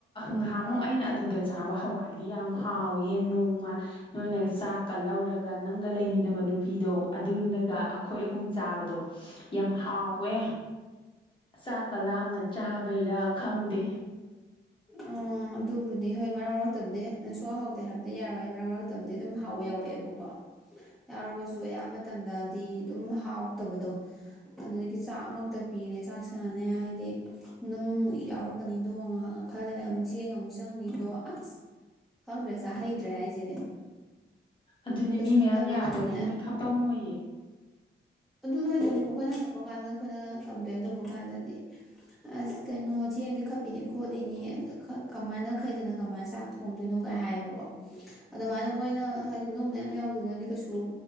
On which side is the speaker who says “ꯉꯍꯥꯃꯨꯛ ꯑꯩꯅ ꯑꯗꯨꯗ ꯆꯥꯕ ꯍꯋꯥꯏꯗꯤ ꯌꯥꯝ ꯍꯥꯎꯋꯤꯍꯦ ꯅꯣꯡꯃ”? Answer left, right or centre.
Left